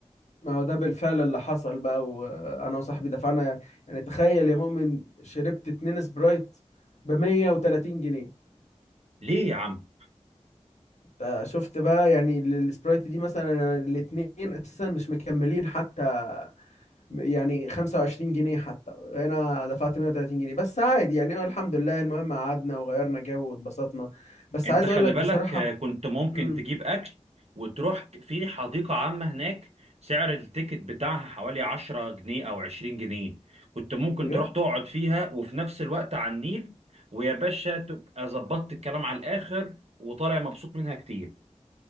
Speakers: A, on the left (about 80°); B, on the right (about 65°).
A: ما هو ده بالفعل اللي حصل بقى وانا وصاحبي دفعنا يعني تخيل يا مؤمن شربت اتنين سبرايت ب 130 جنيه
B: ليه يا عم
A: انت شفت بقى يعني ال- السبرايت دي مثلا الاتنين اساسا مش مكملين حتى يعني 25 جنيه حتى انا دفعت 130 جنيه بس عادي يعني هو الحمد لله المهم قعدنا وغيرنا جو واتبسطنا بس
B: انت
A: عايز
B: خلي
A: اقول لك
B: بالك
A: بصراحة
B: آه، كنت ممكن
A: امم
B: تجيب اكل وتروح ك- في حديقة عامة هناك سعر التيكت بتاعها حوالي 10 جنيه او 20 جنيه كنت ممكن
A: بجد
B: تروح تقعد فيها وفي نفس الوقت على النيل ويا باشا تبقى ظبطت الكلام على الاخر وطالع مبسوط منها كتير